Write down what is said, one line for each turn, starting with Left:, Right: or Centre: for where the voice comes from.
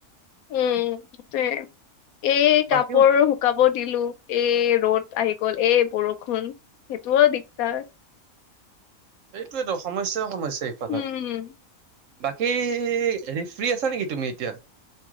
Left: উম'এই
Right: বাকী
Left: কাপোৰ শুকাব দিলোঁ এই ৰ'দ আহি গ'ল এই বৰষুণ সেইটোও দিগদাৰ।
Right: সেইটোয়েতো সমস্যাই-সমস্যা ইফালে।
Left: উম
Right: বাকী হেৰি ফ্ৰী আছা নেকি তুমি এতিয়া?